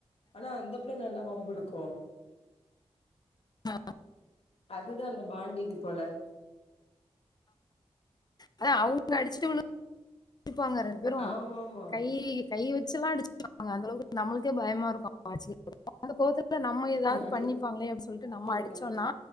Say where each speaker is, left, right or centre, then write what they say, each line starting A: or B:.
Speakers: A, on the left; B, on the left.
A: ஆனா அந்த பிள்ள நல்லா வம்பிளுக்கு
B: ஆ
A: அதுதா அந்த பாண்டிங் போல
B: அதா அவுங்க அடிச்சிட்டு வந்து நிப்பாங்க ரெண்டு பேரு
A: ஆமாமா
B: கை கை வச்சல்லா அடிச்சுப்பாங்க அந்த அளவுக்கு நம்மளுக்கே பயமா இருக்கு <unintelligible> அந்த கோவத்தத்துல நம்ம ஏதாவது
A: அடி
B: பண்ணிப்பாங்ளே அப்டி சொல்டு நம்ம
A: தடிக்கால
B: அடிச்சோனா